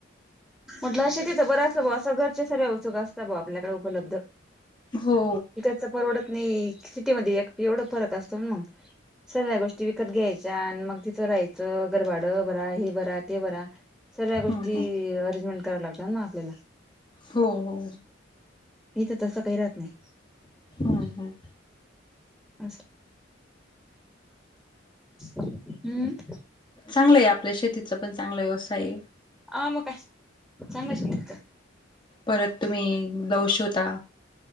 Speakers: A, in the centre; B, on the left (about 25°).
A: म्हटलं शेतीचं बरं असत ब असं घरचे सर्व्या उत्सुक असतात ब आपल्याकडे उपलब्ध.
B: हो.
A: तसं परवडत नाही. सिटीमध्ये एवढा फरक असतो ना मग सगळ्या गोष्टी विकत घ्यायच्या आणि मग तिथं राहायचं. घर भाडं भरा. हे भरा. ते भरा. सगळ्या
B: हम्म
A: गोष्टी
B: हम्म
A: अरेंजमेंट कराव लागतात ना आपल्याला
B: हो हो.
A: इथे तसं काही राहत नाही.
B: हा हा.
A: असल. हम्म...
B: चांगलं आहे. आपल्या शेतीचा पण चांगला व्यवसाय आहे.
A: ह मग काय चांगलं शेतीच
B: परत तुम्ही ब्लाऊज शिवता.